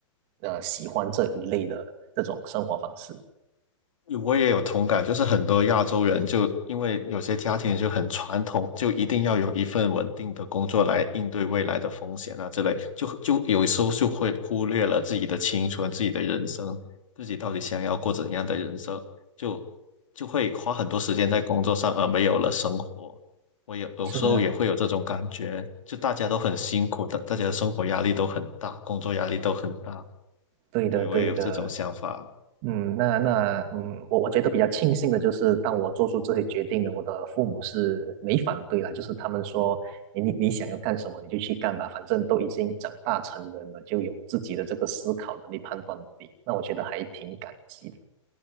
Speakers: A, on the right; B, on the left.
A: 呃喜欢这一类的这种生活方式。
B: 我也有同感，就是很多亚洲人就因为有些家庭就很传统，就一定要有一份稳定的工作来应对未来的风险啊之类，就就有时候就会忽略了自己的青春、自己的人生，自己到底想要过怎样的人生，就就会花很多时间在工作上，而没有了生活。我有有时候也会有这种感觉，
A: 是的，
B: 就大家都很辛苦，大大家的生活压力都很大，工作压力都很大，
A: 对的，
B: 对，
A: 对的。
B: 我也有这种想法。
A: 嗯，那那嗯，我我觉得比较庆幸的就是，当我做出这些决定呢，我的父母是没反对啦，就是他们说，诶你你想要干什么你就去干吧，反正都已经长大成人了，就有自己的这个思考能力、判断能力，那我觉得还挺感激的。